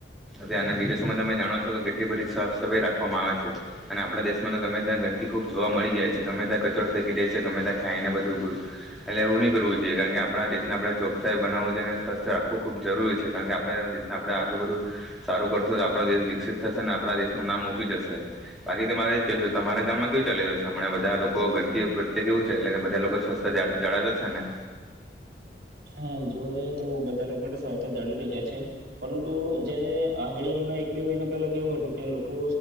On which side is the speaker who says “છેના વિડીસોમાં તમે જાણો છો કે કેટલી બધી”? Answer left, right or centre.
Centre